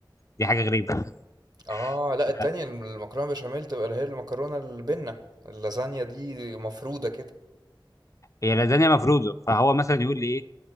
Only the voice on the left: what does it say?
دي حاجه غريبه <laughs>
آه
هي لازانيا مفروده فهو مثلا يقول لي ايه